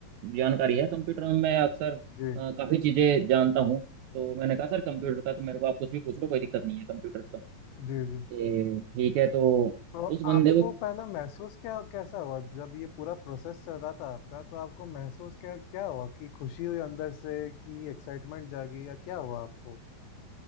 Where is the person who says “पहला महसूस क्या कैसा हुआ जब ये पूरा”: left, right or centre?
Left